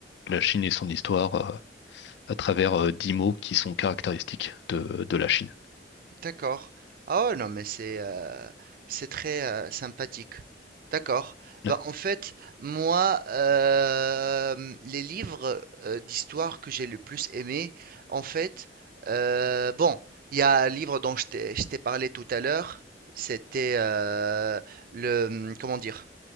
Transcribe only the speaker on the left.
la Chine et son histoire euh, à travers euh, dix mots qui sont caractéristiques de, de la Chine.
Ouais.